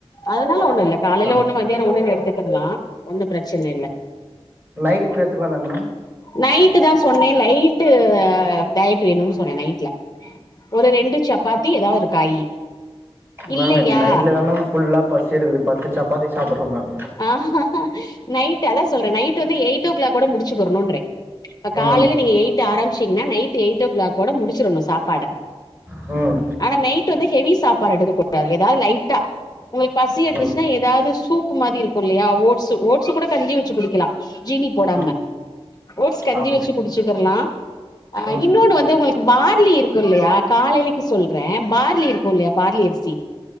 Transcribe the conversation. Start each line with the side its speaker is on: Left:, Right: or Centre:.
Left: அதனால ஒண்ணு இல்ல காலைல
Right: ஆ
Left: ஒண்ணு மதியானோ ஒண்ணுனு எடுத்துக்கிர்லா ஒன்னு பிரச்சன இல்ல
Right: நைட் கூட எத்துக்கலாம் தான மேம்
Left: நைட்டு தான் சொன்னே லைட் டயட் வேணுன்னு சொன்னே நைட்ல ஒரு ரெண்டு டு சப்பாத்தி எதா ஒரு காயி இல்லையா
Right: மேம் எனக் நைட்ல தா மேம் ஃபுல்லா பசி எடுக்குது பத்து சப்பாத்தி சாப்றே மேம்
Left: ஆ ஹா நைட் அதான் சொல்றே நைட் வந்து எயிட் ஓ கிளாக்கோட முடிச்சுக்கரனுன் றே இப்ப காலயில
Right: ம்
Left: நீங்க எயிட் ஆரம்பிச்சீங்கன்னா நைட் எயிட் ஓ கிளாக்கோட முடிச்சிடணும் சாப்பாட
Right: ம்
Left: ஆனா நைட் வந்து ஹெவி சாப்பாடு எடுக்க கூடாது ஏதாவது லைட்டா உங்களுக்கு பசி எத்துச்சின்னா
Right: ம்
Left: ஏதாவது சூப் உப்பு மாரி இருக்கும் இல்லையா ஓட்ஸ் ஓட்ஸ் கூட கஞ்சி வச்சி குடிக்கலா ஜீனி போடாம
Right: ம்
Left: ஓட்ஸ் கஞ்சி
Right: ஆமா
Left: வச்சி குடிச்சிக்கிரலா ஆ
Right: ம்
Left: இன்னொன்னு வந்து உங்களுக்கு பார்லி இருக்கு இல்லையா காலைலைக்கு சொல்றேன் பார்லி இருக்கும் இல்லையா பார்லி அரிசி